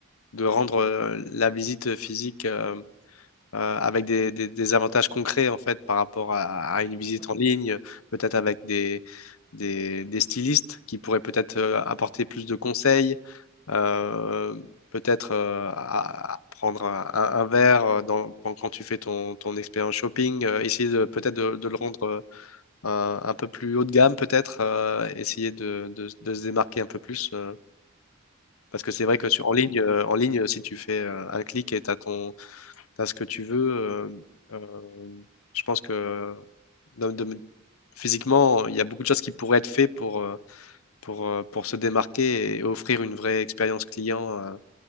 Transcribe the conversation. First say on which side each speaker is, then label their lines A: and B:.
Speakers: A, on the left; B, on the left.
A: de rendre euh, la visite physique euh, euh, avec des, des- des avantages concrets en fait par rapport à, à une visite
B: Voilà.
A: en ligne, peut-être avec des, des, des stylistes qui pourraient peut-être euh, apporter plus de conseils, euh, peut-être euh, à- à prendre un, un verre euh, dans- pen- quand tu fais ton, ton expérience shopping, euh, essayer de peut-être de, de le rendre euh, un, un peu plus haut de gamme, peut-être euh, essayer de, de- de se démarquer un peu plus. euh, Parce que c'est vrai que
B: Oui,
A: sur,
B: c'est
A: en ligne,
B: vraiment
A: euh,
B: ça.
A: en ligne,
B: Ouais.
A: si tu fais euh, un clic et tu as tu as ce que tu veux. euh, euh, je pense que de- de- physiquement, il y a beaucoup de choses qui pourraient être faites pour, euh, pour, euh, pour se démarquer et offrir une vraie expérience client euh,